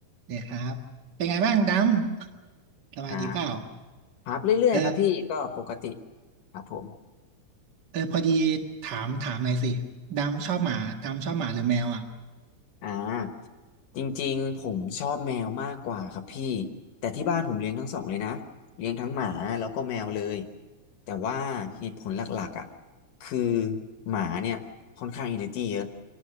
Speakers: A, on the right; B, on the left.
A: เดี๋ยวครับเป็นไงบ้างดำสบายดีเปล่า
B: ครับครับเรื่อยๆ
A: เออ
B: ครับพี่ ก็ปกติครับผม
A: เออพอดีถามถามหน่อยสิดำชอบหมาดำชอบหมาหรือแมวอ่ะ
B: อ่าจริงๆผมชอบแมวมากกว่าครับพี่แต่ที่บ้านผมเลี้ยงทั้งสองเลยนะเลี้ยงทั้งหมาแล้วก็แมวเลยแต่ว่าเหตุผลหลักๆอ่ะคือหมาเนี่ยค่อนข้างอินเ r อร์เยอะ